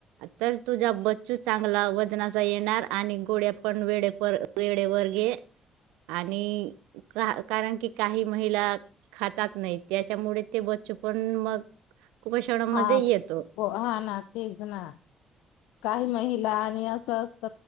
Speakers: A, on the right; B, on the left.
A: तर तुझा बच्चू चांगला वजनाचा येणार आणि गोळ्या पण वेळेप वेळेवर घे. आणि कारण की काही महिला खातात नाही, त्याच्यामुळे ते बच्चू पण मग कुपषणामध्ये
B: हा
A: येतो.
B: हो, हा ना तेच ना. काही महिला आणि अस असत